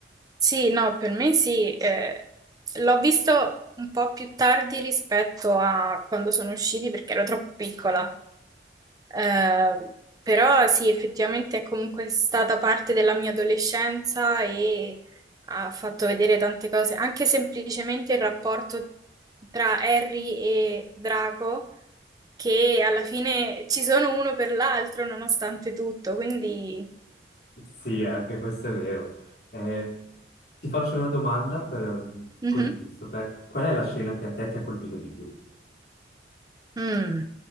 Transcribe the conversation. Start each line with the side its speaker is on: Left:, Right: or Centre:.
Right: Sì, no, per me sì, eh, l'ho visto un po' più tardi rispetto a quando sono usciti perché ero troppo piccola, Eh, però sì, effettivamente è comunque stata parte della mia adolescenza e ha fatto vedere tante cose, anche semplicemente il rapporto tra Harry e Draco, che alla fine ci sono uno per l'altro nonostante tutto, quindi...
Left: Sì, anche questo è vero. Eh, ti faccio una domanda per,
Right: Mhm.
Left: così, giusto per... Qual è la scena che a te ti ha colpito di più?
Right: Mm.